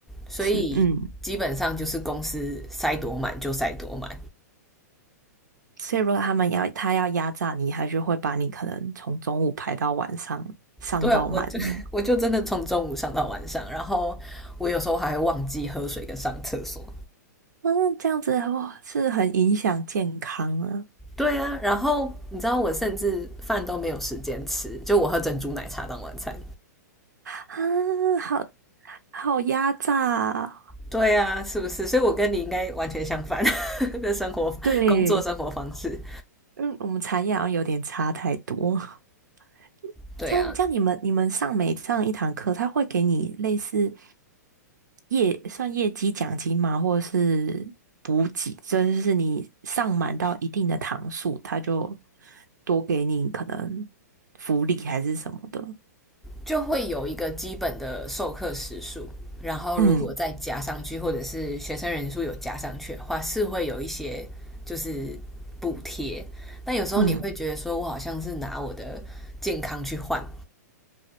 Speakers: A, in the centre; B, on the right.
A: 所以基本上就是公司塞多满就塞多满。
B: 是，嗯，所以如果他们要他要压榨你，他就会把你可能从中午排到晚上，上到满这样。
A: 对啊，我就 <laughs> 我就真的从中午上到晚上，然后我有时候还会忘记喝水跟上厕所，
B: 嗯，这样子哇，是很影响健康啊！
A: 对啊，然后你知道我甚至饭都没有时间吃，就我喝珍珠奶茶当晚餐。
B: 啊，好好压榨啊，
A: 对啊，是不是？所以我跟你应该完全相反 <laughs> 的生活、
B: 对。
A: 工作生活方式。
B: 嗯，我们产业好像有点差太多。<laughs>
A: 对啊，
B: 这样，这样你们你们上每上一堂课，他会给你类似业算业绩奖金吗？或者是补给？真就是你上满到一定的堂数，他就多给你可能福利还是什么的。
A: 就会有一个基本的授课时数，然后如果再加上去，
B: 嗯
A: 或者是学生人数有加上去的话，是会有一些就是补贴。但有时候你会觉得说，
B: 嗯，
A: 我好像是拿我的健康去换